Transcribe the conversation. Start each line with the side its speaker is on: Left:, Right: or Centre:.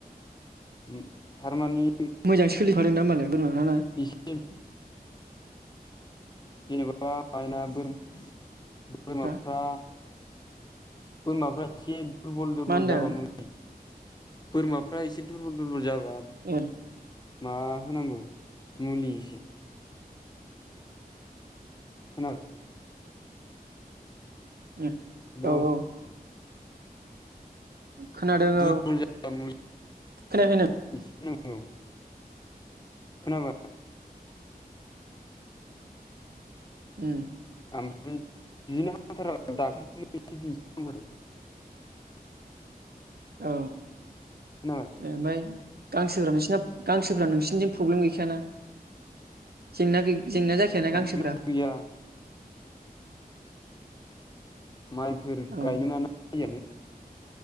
Left: उम थारमानि
Right: मोजां सोलिफादों ना होमबालाय बोरमाफ्रा ना?
Left: एम। जेनेबा माइना बोरमाफ्रा।
Right: हा
Left: बोरमाफ्रा थि दुरबल दुरबल
Right: मा होनदों
Left: जाबाय मुलि। बोरमाफ्रा एसे दुरबल दुरबल जाबा
Right: <inaudible>
Left: मा होनांगौ मुलिसो। होनांगोन।
Right: उम
Left: हेलौ
Right: औ औ। खोनादों
Left: दुरबल
Right: औ
Left: जाबा मुलि
Right: खोनायाखै नों?
Left: एसे नांगौ खोनाबाय।
Right: उम।
Left: ओमफ्राय बिदिनो एसे दाक्तरनो दिन्थिनांगौ आरो।
Right: औ।
Left: खोनाबाय?
Right: ओ ओमफ्राय गांसोफ्रा नोंसिना गांसोफ्रा नोंसिनिजों प्रब्लेम गैखायाना? जेंना गै जेंना जाखायाना
Left: प्रब्लेमथ'
Right: गांसोफ्रा?
Left: गैया। माइफोर
Right: औ
Left: गायनो ना यानो